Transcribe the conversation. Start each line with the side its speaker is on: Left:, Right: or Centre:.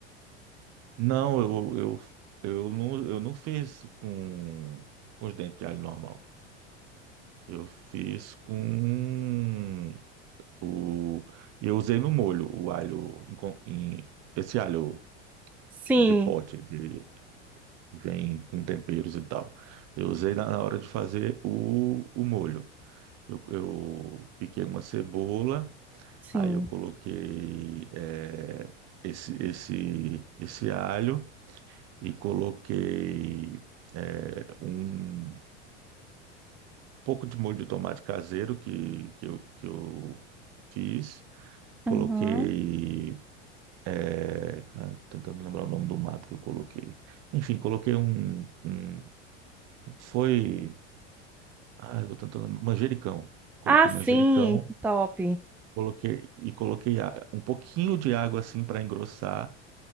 Right: Não, eu, eu, eu não, eu não fiz com, com os dentes de alho normal. Eu fiz com o. e Eu usei no molho o alho, em con- em- esse alho
Centre: Sim,
Right: de pote, de, que vem com temperos e tal. Eu usei na, na hora de fazer o, o molho. Eu, eu piquei uma cebola,
Centre: sim.
Right: aí eu coloquei eh, esse, esse, esse alho. e coloquei é, um pouco de molho de tomate caseiro que, que, eu, que eu fiz. Coloquei.
Centre: Uhum.
Right: É, cara, tentando lembrar o nome do mato que eu coloquei. Enfim, coloquei um. um- foi. Ah, eu tô tentando. lembrar, Manjericão. Coloquei
Centre: Ah, sim,
Right: manjericão,
Centre: top.
Right: coloquei e coloquei a- um pouquinho de água assim para engrossar